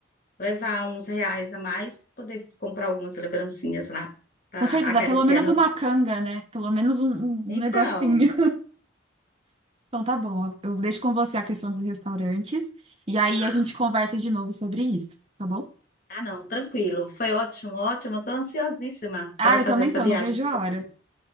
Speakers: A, on the left (about 45°); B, on the right (about 30°).
A: levar uns reais a mais, poder comprar algumas lembrancinhas lá para
B: Com certeza,
A: acariciar
B: pelo menos
A: nosso.
B: uma canga, né? Pelo menos um, um
A: Então,
B: um negocinho. Então tá bom, eu eu deixo com você a questão dos restaurantes e aí
A: ah,
B: a gente conversa de novo sobre isso, tá bom?
A: ah, não, tranquilo, foi ótimo, ótimo, estou ansiosíssima
B: Ah,
A: para
B: eu
A: fazer
B: também
A: essa
B: tô,
A: viagem
B: não vejo
A: com
B: a
A: você.
B: hora.